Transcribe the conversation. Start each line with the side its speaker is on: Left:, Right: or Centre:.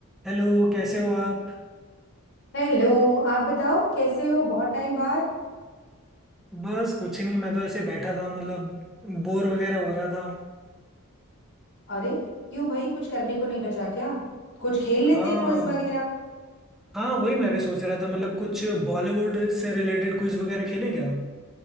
Centre: हेलो कैसे हो आप
Left: Hello आप बताओ कैसे हो बहुत टाइम बाद
Centre: बस कुछ नहीं मैं तो ऐसे बैठा था मतलब बोर वगैरह हो रहा था
Left: अरे क्यों भाई कुछ करने को नहीं बचा क्या कुछ खेल लेते
Centre: हाँ
Left: हैं, क्विज वगैरह
Centre: हाँ वही मैं भी सोच रहा था मतलब कुछ बॉलीवुड से रिलेटेड क्विज वगैरह खेलें क्या